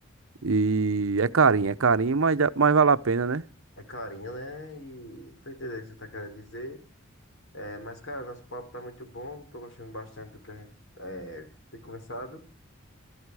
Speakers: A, on the right; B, on the left.
A: E é carinho, é carinho, mas, dá- mas vale a pena, né?
B: É carinho, né? E tô entendendo o que você tá querendo dizer. É, mas, cara, nosso papo tá muito bom. Tô gostando bastante do que a gente é, tem conversado.